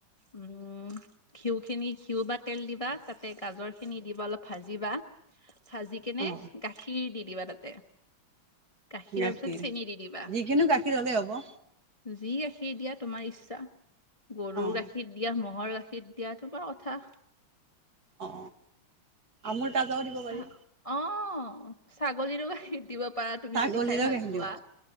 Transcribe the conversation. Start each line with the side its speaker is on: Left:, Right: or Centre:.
Left: উম ঘিউ খিনি ঘিউ বা তেল দিবা তাতে গাজৰ খিনি দিবা অলপ ভাজিবা। চাজি কেনে
Right: অঁ
Left: গাখীৰ দি। দিবা তাতে। গাখীৰৰ
Right: গাখীৰ,
Left: পিছত চেনি দি দিবা
Right: যিকিনো গাখীৰ ললেই হ'ব।
Left: যি ৰাখি দিয়া তোমাৰ ইচ্ছা। গৰুৰ
Right: অঁ
Left: গাখীৰ দিয়া মহ'হৰ গাখীৰ। গাখীত দিয়াটো বাৰ কথা।
Right: অ, আমুৰ তাজাও দিব
Left: চা-
Right: পাৰি।
Left: অ ছাগলী বাকি দিব। পাৰা তুমি
Right: ছাগলীৰো
Left: যদি খাই ভাল
Right: গাখীৰ
Left: পোৱা,
Right: দিব